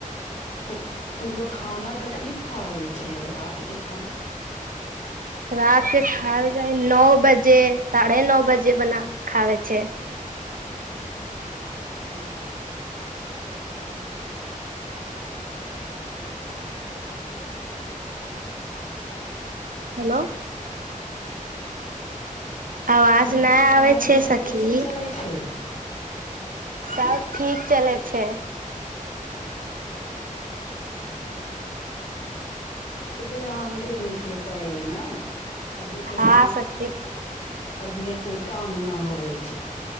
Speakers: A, on the left (about 55°); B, on the right (about 75°).
A: तऽ तू लोको खाना कखनी खा छै रातिके खाना
B: रात के खायल जाइ नओ बजे साढ़े नओ बजे बना खावे छै
A: ह
B: हेलो
A: हेलो
B: आवाज
A: तो घरके
B: नहि
A: पढ़ाइ
B: आबै छै
A: लिखाइ
B: सखी
A: कइसन चलै छै हूँ
B: सब ठीक चलै छै
A: ध आ देे वेके पड़े ने अभी के
B: हँ
A: समय
B: सखी
A: मे बिना पढ़ले कोई काम न होवे छै